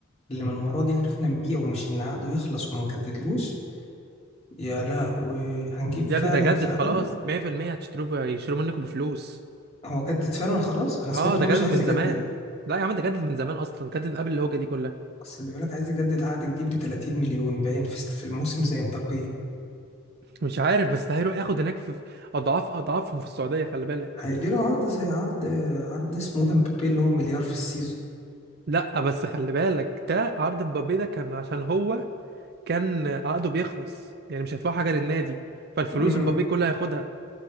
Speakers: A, on the left; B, on the right.
A: اللي من وراه دي عرفنا نبيعه ومش ان عقده يخلص وما نجددلوش يا لهوي هنجيب فعلا
B: يا ابني ده جدد
A: فعلا
B: خلاص 100% هتشتروه هيشتروا منكم بفلوس
A: هو جدد فعلا خلاص انا
B: اه
A: سمعت ان
B: ده
A: هو
B: جدد
A: مش عايز
B: من
A: يجدد
B: زمان لا يا عم ده جدد من زمان اصلا جدد من قبل الهوجه دي كلها
A: اصل بيقول لك عايز يجدد عقد جديد ب 30 مليون باين في في الموسم زي مبابي
B: مش عارف بس ده هيروح ياخد هناك في في اضعاف اضعافهم في السعوديه خلي بالك
A: هيجي له عرض زي عرض عرض اسمه ده مبابي اللي هو مليار في السيزون
B: لا بس خلي بالك ده عرض مبابي ده كان عشان هو كان عقده بيخلص يعني مش هيدفع حاجه للنادي فالفلوس
A: امم
B: مبابي كلها هياخدها